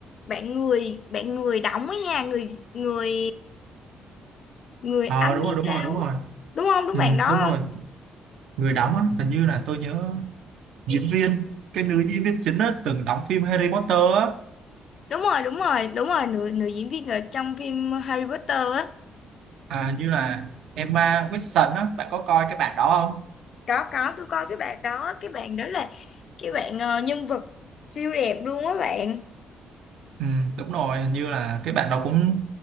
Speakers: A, on the left; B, on the right.
A: bạn người bạn người đóng ấy nha người người người
B: ờ
A: Anh
B: đúng
A: hay
B: rồi đúng
A: sao
B: rồi đúng
A: ấy.
B: rồi
A: đúng không đúng
B: ừ,
A: bạn đó
B: đúng
A: không
B: rồi người đóng á hình như là tôi nhớ diễn viên cái nữ diễn viên chính á từng đóng phim Harry Potter á
A: đúng rồi đúng rồi đúng rồi nữ nữ diễn viên ở trong phim Harry Potter á
B: à, hình như là Emma Watson á bạn có coi cái bản đó không
A: có có tôi coi cái bạn đó cái bạn đó là cái bạn ờ, nhân vật siêu đẹp luôn á bạn
B: Ừ, đúng rồi hình như là cái bạn đó cũng